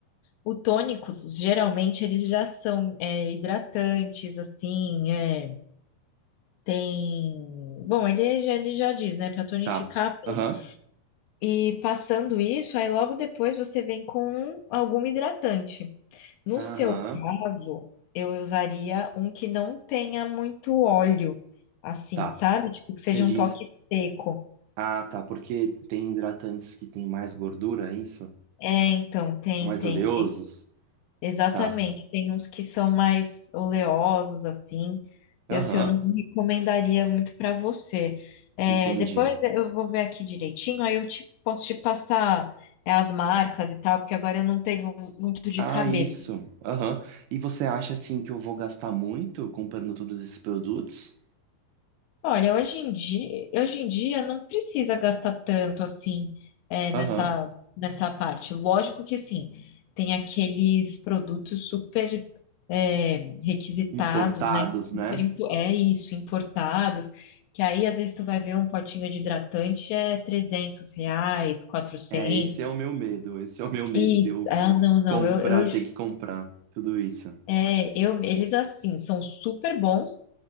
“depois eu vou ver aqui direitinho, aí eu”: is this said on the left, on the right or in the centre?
Left